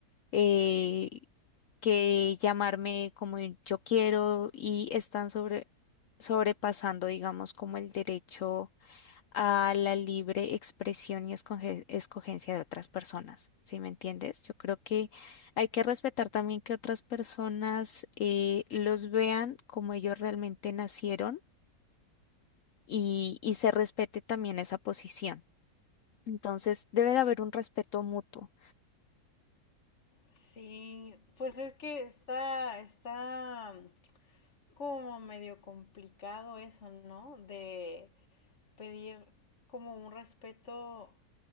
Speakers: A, on the left; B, on the left.
A: eh, que llamarme como yo quiero y están sobre, sobrepasando, digamos, como el derecho a la libre expresión y escoge- escogencia de otras personas, ¿sí me entiendes? Yo creo que hay que respetar también que otras personas eh, los vean como ellos realmente nacieron y, y se respete también esa posición. Entonces, debe de haber un respeto mutuo.
B: Sí, pues es que está, está como medio complicado eso, ¿no? De, pedir como un respeto